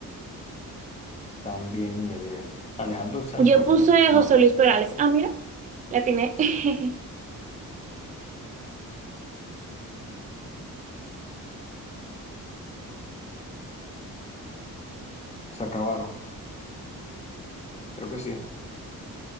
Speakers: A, on the left; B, on the right.
A: También ni idea. Alejandro Sainz
B: Yo
A: voy a
B: puse
A: poner. No,
B: José Luis Perales. Ah, mira, la atiné. <laughs>
A: se acabaron. Creo que sí.